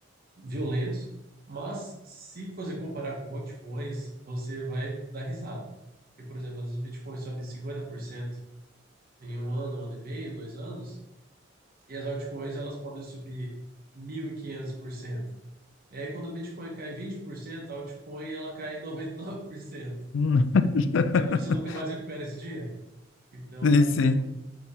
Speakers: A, on the right; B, on the left.
A: violentos, mas se você comparar com altcoins, você vai dar risada. Porque, por exemplo, às vezes o Bitcoin sobe 50% em um ano, um ano e meio, dois anos, e as altcoins elas podem subir mil E quinhentos por cento. E aí quando o Bitcoin cai 20%, a altcoin ela cai 99%
B: Hum. <laughs>
A: E você nunca mais recupera esse dinheiro. Então,
B: Sim, sim.